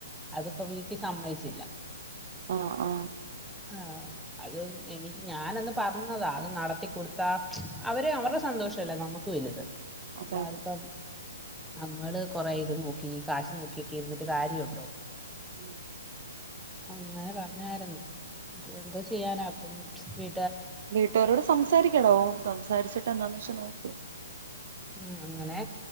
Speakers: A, in the centre; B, on the right.
A: അതിപ്പോ വീ ട്ടി സമ്മയ്ച്ചില്ല
B: ആ ആ
A: ആ അത് എനി ഞാനന്ന് പറഞ്ഞതാ അത് നടത്തി കൊടുത്താ അവര് അവരുടെ സന്തോ ന്തോഷല്ലേ നമ്മുക്ക് വലുത് അല്ലാതിപ്പം
B: അതെ അതെ
A: നമ്മള് കൊറെയിത് നോക്കി കാശ് നോക്കിയോക്കി ഇരുന്നിട്ട് കാര്യണ്ടോ?
B: ഉം
A: അങ്ങനെ പറഞ്ഞേര്ന്നു എന്തോ ചെയ്യാനാ അപ്പൊ വീ
B: വീട്ടുകാരോട് സംസാരിക്കെടോ സംസാരിച്ചിട്ട് എന്തോന്നച്ചാ നോക്ക്‌.
A: ഉം അങ്ങനെ